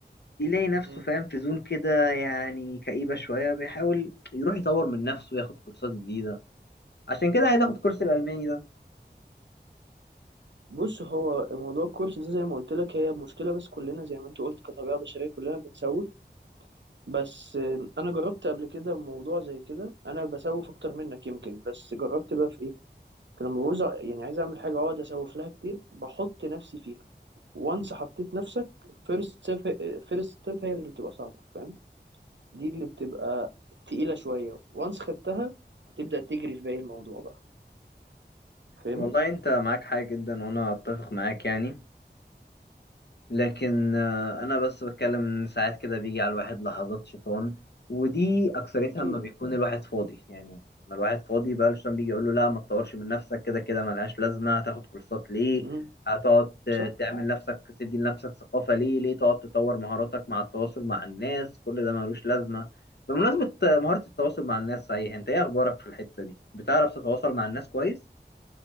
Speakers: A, on the left; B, on the right.
A: يلاقي نفسه
B: مم.
A: فاهم في زون كده يعني كئيبه شويه بيحاول يروح يطور من نفسه وياخد كورسات جديده عشان كده عايز اخد كورس
B: صح
A: الالماني ده
B: بص هو موضوع الكورس ده زي ما قلت لك هي مشكلة بس كلنا زي ما انت قلت كطبيعة بشرية كلنا بنسوف بس آه، انا جربت قبل كده موضوع زي كده انا بسوف اكتر منك يمكن بس جربت بقى في ايه فلما بعوز أ- يعني عايز اعمل حاجة اقعد اسوف لها كتير بحط نفسي فيها وانس حطيت نفسك فيرست ستيب فيرست ستيب هي اللي بتبقى صعبة فاهم دي اللي بتبقى تقيلة شوية وانس خدتها هتبدأ تجري في باقي الموضوع بقى فهمت
A: والله انت معاك حاجه جدا وانا اتفق معاك يعني لكن آه، انا بس بتكلم ان ساعات كده بيجي على الواحد لحظات شيطان ودي اكثرتها
B: اكيد
A: لما بيكون الواحد فاضي يعني لما الواحد فاضي بقى الشيطان بيجي يقول له لا ما تطورش من نفسك كده كده ملهاش لازمه هتاخد كورسات ليه
B: امم
A: هتقعد آه،
B: صح
A: تعمل نفسك تدي لنفسك ثقافه ليه ليه تقعد تطور مهاراتك مع التواصل مع الناس كل ده ملوش لازمه بمناسبه آه، مهاره التواصل مع الناس صحيح انت ايه اخبارك في الحته دي بتعرف تتواصل مع الناس كويس